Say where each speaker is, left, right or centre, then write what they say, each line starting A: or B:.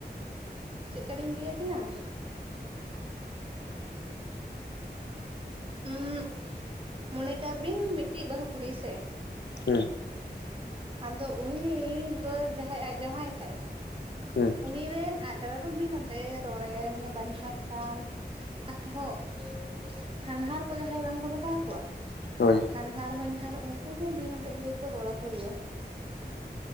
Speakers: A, on the right (about 30°); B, on the left (about 85°).
A: ᱪᱮᱫ ᱞᱮᱠᱟ ᱞᱤᱧ ᱞᱟᱹᱭ ᱟᱵᱤᱱᱟᱼᱼ ᱩᱸᱜ ᱢᱚᱱᱮ ᱠᱟᱜ ᱵᱤᱱ ᱢᱤᱫᱴᱟᱝ ᱵᱟᱹᱦᱩ ᱠᱩᱲᱤ ᱦᱮᱸᱥᱮᱼᱼ
B: ᱦᱮᱸ᱾
A: ᱟᱫᱚ ᱩᱱᱤᱻ ᱫᱚ ᱡᱟᱦᱟᱸᱭ ᱟᱡ ᱡᱟᱶᱟᱭ ᱛᱟᱭ
B: ᱦᱩᱸ
A: ᱩᱱᱤ ᱨᱮᱱ ᱟᱡ ᱼᱼ ᱫᱟᱫᱟ ᱫᱚ ᱵᱤᱱ ᱟᱛᱮᱫ ᱮ ᱨᱚᱲᱟᱭᱟ ᱢᱟᱱᱮ ᱵᱟᱦᱚᱧᱦᱟᱨ ᱛᱟᱢᱼᱼ ᱟᱨᱦᱚᱸ ᱦᱟᱱᱦᱟᱨ ᱠᱚ ᱡᱟᱦᱟᱸᱭ ᱵᱟᱝᱠᱚ ᱢᱮᱛᱟ ᱟᱠᱚᱣᱟᱼᱼ
B: ᱦᱳᱭ᱾
A: ᱦᱟᱱᱦᱟᱨ ᱦᱚᱧᱦᱟᱨ ᱩᱱᱠᱩ ᱦᱚᱸ ᱵᱤᱱ ᱟᱛᱮᱫ ᱜᱮᱠᱚ ᱨᱚᱲ ᱟᱠᱚ ᱜᱮᱭᱟ᱾